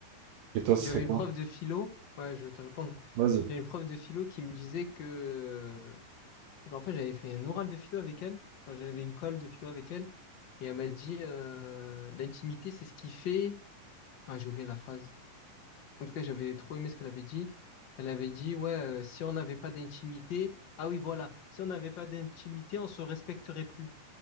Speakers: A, on the right (about 75°); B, on the left (about 75°).
A: Et toi, ce
B: J'avais
A: serait quoi?
B: une prof de philo. Ouais, je vais te répondre.
A: Vas-y.
B: J'avais une prof de philo qui me disait que Je me rappelle, j'avais fait un oral de philo avec elle. Enfin, j'avais une colle de philo avec elle. Et elle m'a dit, euh, l'intimité, c'est ce qui fait. Ah, j'ai oublié la phrase. En tout cas, j'avais trop aimé ce qu'elle avait dit. Elle avait dit, ouais, euh, si on n'avait pas d'intimité. Ah oui, voilà. Si on n'avait pas d'intimité, on se respecterait plus.